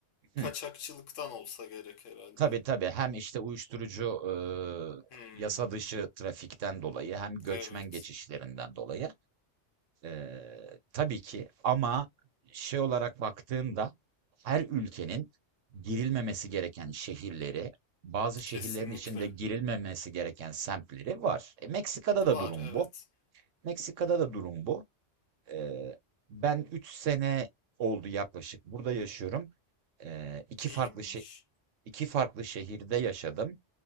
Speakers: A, on the left (about 85°); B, on the right (about 85°).
A: kaçakçılıktan
B: Hı.
A: olsa gerek herhalde.
B: Tabii tabii hem işte uyuşturucu eee,
A: Hmm,
B: yasa dışı trafikten dolayı hem göçmen
A: evet.
B: geçişlerinden dolayı eee, tabii ki ama şey olarak baktığında her ülkenin girilmemesi gereken şehirleri bazı şehirlerin
A: Kesinlikle.
B: içinde girilmemesi gereken semtleri var. E, Meksika'da da
A: Var,
B: durum
A: evet.
B: bu. Meksika'da
A: Hmm.
B: da durum bu. Eee, ben 3 sene oldu yaklaşık burada yaşıyorum. Eee iki
A: İyiymiş.
B: farklı şe- iki farklı şehirde yaşadım.